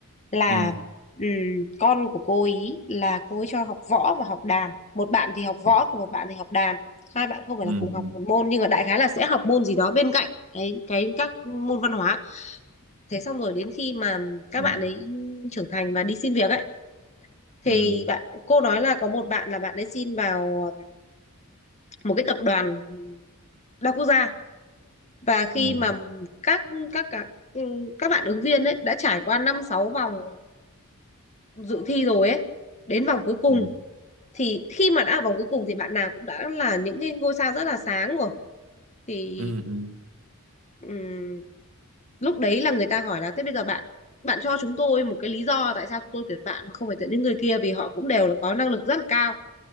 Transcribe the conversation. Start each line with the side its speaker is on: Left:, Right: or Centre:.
Left: là
Right: ừ
Left: ừm, con của cô ý là cô ấy cho học võ và học đàn một bạn thì học võ
Right: Đấy.
Left: còn một bạn thì học đàn hai bạn không phải
Right: ừ
Left: là cùng học
Right: ừ
Left: một môn nhưng mà đại khái là sẽ học môn gì đó bên cạnh cái cái các môn văn hóa thế xong rồi đến khi mà các
Right: ừ
Left: bạn ấy trưởng thành và đi xin việc ấy thì
Right: ừ
Left: bạn cô nói là có một bạn là bạn ấy xin vào một cái tập đoàn đa quốc gia và khi
Right: ừ
Left: mà các các các các bạn ứng viên ấy đã trải qua năm sáu vòng dự thi rồi ấy đến vòng cuối cùng
Right: ừ
Left: thì khi mà đã ở vòng cuối cùng thì bạn nào cũng đã là những cái ngôi sao rất là sáng rồi thì
Right: ừ ừ
Left: ừm, lúc đấy là người ta hỏi là thế bây giờ bạn bạn cho chúng tôi một cái lý do tại sao chúng tôi tuyển bạn mà không phải tuyển những người kia vì họ cũng đều là có năng lực rất là cao